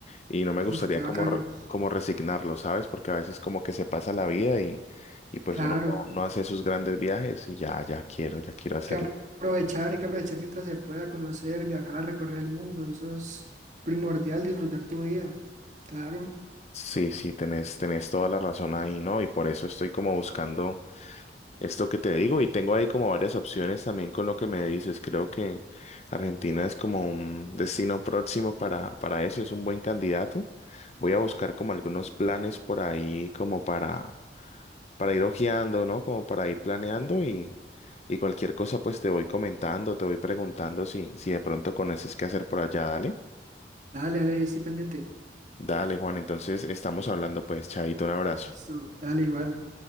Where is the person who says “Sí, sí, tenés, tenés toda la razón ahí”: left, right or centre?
Left